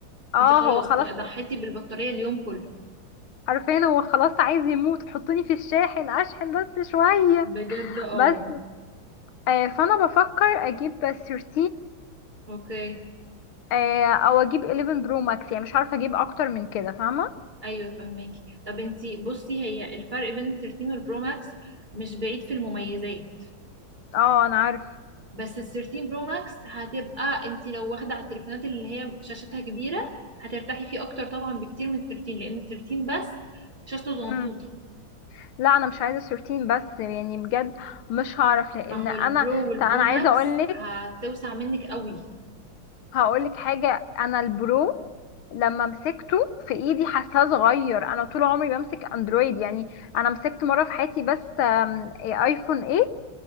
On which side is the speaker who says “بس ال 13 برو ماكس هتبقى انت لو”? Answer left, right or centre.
Right